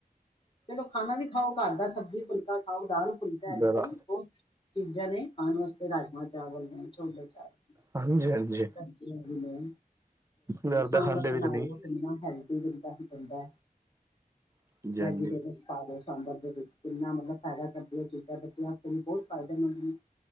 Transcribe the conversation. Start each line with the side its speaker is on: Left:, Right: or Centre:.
Left: ਚਲੋ ਖਾਣਾ ਵੀ ਖਾਓ ਘਰ ਦਾ ਸਬਜ਼ੀ ਫੁਲਕਾ ਖਾਓ ਦਾਲ ਫੁਲਕਾ ਅਜ
Right: ਗੱਲ
Left: ਕਲ
Right: ਹੈ
Left: ਬਹੁਤ ਚੀਜ਼ਾਂ ਨੇ ਖਾਣ ਵਾਸਤੇ, ਰਾਜਮਾਂ ਚਾਵਲ ਨੇ, ਛੋਲੇ ਚਾਵਲ।
Right: ਹਾਂਜੀ ਹਾਂਜੀ
Left: ਸਭਜੀਆਂ ਵੀ ਨੇ
Right: ਘਰ
Left: ਸਾਂਬਰ
Right: ਦਾ ਖਾਂਦੇ
Left: ਦੇ,
Right: ਵੀ
Left: ਨਾਲ
Right: ਤੇ ਨਹੀਂ
Left: ਉਹ ਕਿੰਨਾ ਹੈਲਥੀ ਦਿਤਾ। ਹੁੰਦਾ
Right: ਹਾਂਜੀ
Left: ਵੈਜੀਟੇਬਲਸ।
Right: ਹਾਂਜੀ
Left: ਸਾਂਬਰ ਦੇ, ਵਿੱਚ ਕਿੰਨਾ। ਮਤਲਬ ਫਾਇਦਾ ਕਰਦੀਆਂ ਚੀਜ਼ਾਂ ਬੱਚਿਆਂ, ਹੂੰ, ਬਹੁਤ ਫ਼ਾਇਦੇਮੰਦ ਨੇ,